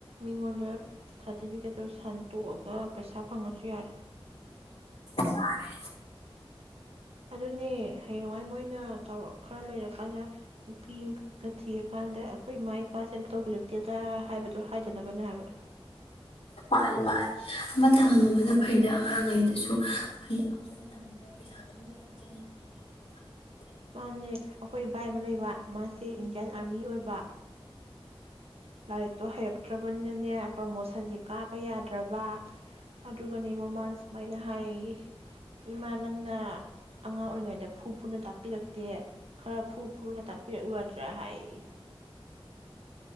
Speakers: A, on the right; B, on the left.
A: ꯃꯤꯉꯣꯟꯗ ꯁꯥꯔꯇꯤꯐꯤꯀꯦꯠꯇꯣ ꯁꯟꯇꯣꯛꯑꯒ ꯄꯩꯁꯥ ꯐꯪꯉꯁꯨ ꯌꯥꯔꯦ
B: ꯌꯥꯔꯦ
A: ꯑꯗꯨꯅꯦ ꯍꯌꯦꯡꯋꯥꯏ ꯃꯣꯏꯅ ꯆꯥꯎꯔꯛ ꯈꯔ ꯂꯩꯔꯀꯥꯟꯗ ꯅꯨꯄꯤ ꯑꯪꯀ ꯊꯤꯔꯀꯥꯟꯗ ꯑꯩꯈꯣꯏ ꯏꯃꯥ ꯏꯄꯥꯁꯦ ꯑꯝ ꯇꯧꯕꯤꯔꯛꯇꯦꯗ ꯍꯥꯏꯕꯗꯣ ꯍꯥꯏꯗꯅꯕꯅꯦ ꯍꯥꯏꯕ
B: ꯃꯥꯅꯤ ꯃꯥꯜ ꯑꯃ ꯇꯧꯍꯜꯂꯨꯕꯅ ꯐꯩꯗ ꯑꯉꯥꯡꯉꯩꯗꯁꯨ ꯐꯩ ꯍꯧꯖꯤꯛ ꯃꯇꯝꯁꯤꯗ ꯄꯩꯁꯥ ꯊꯣꯛꯇꯅ ꯏꯖꯦꯜ ꯍꯕꯁꯦ ꯅꯨꯡꯉꯥꯏꯕ ꯅꯠꯇꯦ
A: ꯃꯥꯅꯦ ꯑꯩꯈꯣꯏ ꯏꯕꯥꯏ ꯑꯃ ꯂꯩꯕ ꯃꯥꯁꯦ ꯏꯟꯗꯤꯌꯥꯟ ꯑꯥꯔꯃꯤ ꯑꯣꯏꯕ ꯂꯥꯏꯔꯤꯛꯇꯣ ꯍꯩꯔꯛ ꯇ꯭ꯔꯕꯅꯤꯅꯅꯦ ꯄ꯭ꯔꯃꯣꯁꯟꯁꯦ ꯀꯥꯄ ꯌꯥꯗ꯭ꯔꯕ ꯑꯗꯨꯒꯅꯦ ꯃꯃꯥꯜꯁ ꯃꯥꯏꯅ ꯍꯥꯏ ꯌꯌꯦ ꯏꯃꯥ ꯅꯪꯅ ꯑꯉꯥꯡ ꯑꯣꯏꯔꯤꯉꯩꯗ ꯐꯨ ꯐꯨꯅ ꯇꯥꯛꯄꯤꯔꯛ ꯗꯦ ꯈꯔ ꯐꯨ ꯐꯨꯔ ꯇꯥꯛꯄꯤꯔꯛꯎꯗ꯭ꯔꯥ ꯍꯥꯏ